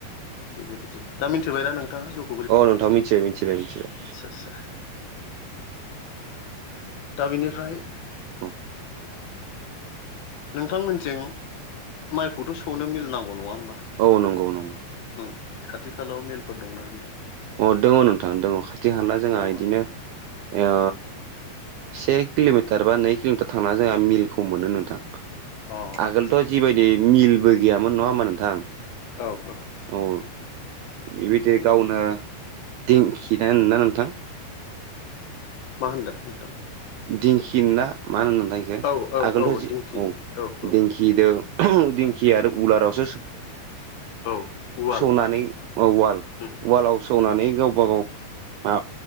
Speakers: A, on the left (about 65°); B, on the right (about 80°).
A: बेबायदि जायो दा मिथिबाय ना नोंथाङा जौ
B: अ नोंथां मिथिबाय मिथिबाय मिथिबाय
A: आचसा दा बिनिफ्राय
B: औ
A: नोंथांमोनथिं माइखौथ' सौनो मिल नांगौ नङा होमबा
B: औ नंगौ नंगौ
A: ओम खाथि खालायाव मेलफोर दंना गैयामोन?
B: अ दङ नोंथां दङ खाथि खाला जोंहा
A: दङ
B: बिदिनो
A: ना
B: ओ से किल'मिटार बा नै किल'मिटार थांना जोंहा मिलखौ मोनो नोंथां।
A: अ
B: आगोलथ'
A: मोजां मोजां
B: जिबायदि
A: मोजां
B: मिलबो गैयामोन नङा होमबा नोंथां?
A: औ औ
B: औ बेबायदि
A: उम।
B: गावनो दिंखि ना होनोना नोंथां?
A: मा होनदों नोंथां?
B: दिंखि ना मा होनो नोंथां बेखौ
A: औ औ
B: आगोलथ'
A: औ
B: जि
A: दिंखि
B: औ
A: औ
B: दिंखि खिदो दिंखि आरो उलारावसो
A: औ उवाल
B: सौनानै औ उवाल
A: उम
B: उवालाव सौनानै
A: उम
B: गावबा गाव मा